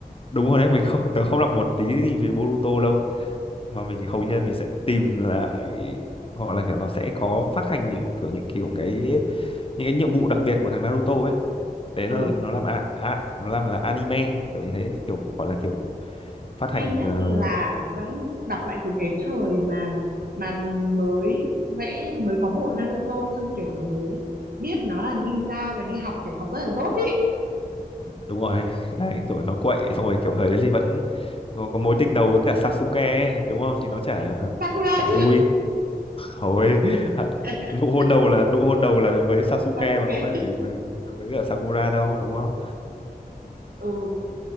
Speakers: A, on the left; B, on the right.
A: đúng rồi đấy mình không tớ không đọc một tí gì về Boruto đâu mà mình hầu như mình sẽ tìm lại hoặc là kiểu nó sẽ có phát hành những kiểu những kiểu cái những cái nhiệm vụ đặc biệt của thằng Naruto ấy đấy
B: Ừ.
A: là nó làm a, a, nó làm là anime kiểu như thế kiểu gọi là kiểu phát hành
B: hay nhất
A: ờ,
B: là vẫn đọc lại từ cái thời mà mà mới vẽ mới có bộ Naruto xong kiểu nó mới biết nó là ninja và đi học kiểu học rất là dốt ý
A: đúng rồi <laughs> đấy kiểu nó quậy xong rồi kiểu thời đấy thì vẫn có, có mối tình đầu với cả Sasuke ấy, đúng không thì nó chả
B: Sakura
A: chả
B: chứ
A: vui hồi <laughs>
B: Sasuke
A: nụ hôn đầu là nụ hôn đầu là với Sasuke
B: <laughs> Sasuke
A: mà có phải với, với cả Sakura đâu đúng không
B: ừ